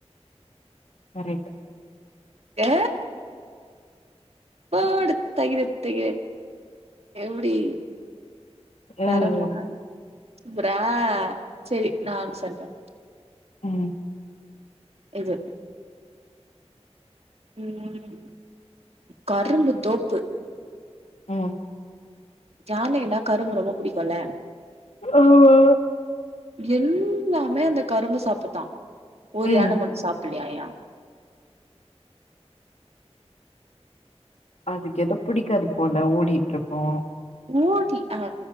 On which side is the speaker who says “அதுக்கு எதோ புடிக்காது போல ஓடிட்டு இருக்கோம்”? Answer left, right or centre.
Left